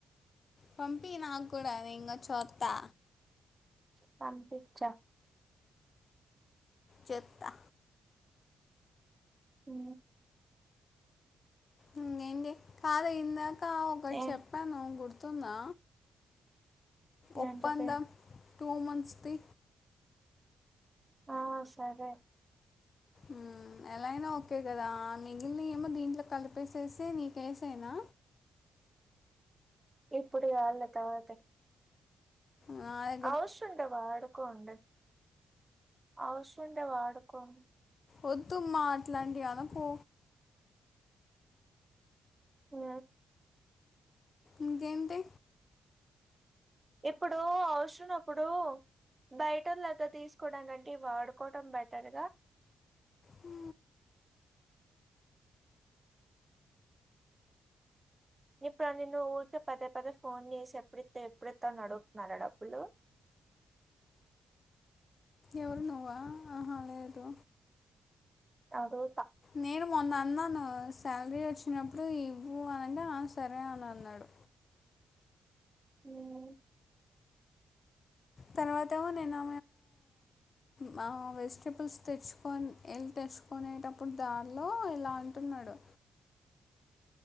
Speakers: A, on the left; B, on the right.
A: పంపియి నాకు కూడా నేను కూడా చూతా
B: పంపిచ్చ
A: చెప్తా
B: ఉ
A: ఇంగెంగే కాదె ఇందాక కొచెప్
B: ఏ
A: ప్పందం గుర్తుందా ఒప్పందం
B: ఏంటది
A: ట్యూవల్ మంత్స్ త్రీ
B: ఆ సరే
A: ఉ ఎలా అయినా ఓకే కదా మిగిలిన ఏమో దీంట్లో కలిపేసేసి నీకేసేనా
B: ఇప్పుడు కాదులే తర్వాత
A: ఆ
B: ఔష్ ఉంటది ఆడుకోండి, ఔష్ ఉంటది ఆడుకోండి
A: వద్దుమ్మా అట్లాంటివి అనకూ
B: ఉ
A: ఇదేంటి
B: ఇప్పుడు అవసరం ఇప్పుడు బయటవోలు దగ్గర తీసుకోవడానికంటే ఇవి వాడుకోవడం బెటర్గా
A: హు
B: ఇప్పుడు నిన్ను ఊరికే పదే పదే ఫోన్ చేసి ఎప్పుడైతే ఎప్పు <unintelligible> అని అడుగుతున్నారా డబ్బులు
A: ఎవరు నువ్వా ఆహ లేదు
B: అడుగుత
A: నేను మొన్న అన్నాను శాలరీ వచ్చినప్పుడు ఇవ్వు అని అంటే సరే అని అన్నాడు
B: ఉ
A: తర్వాత నేను మా వెజిటేబుల్స్ తెచ్చుకొని ఎళ్ళు తెచ్చుకునేటప్పుడు దానిలో ఇల టున్నాడు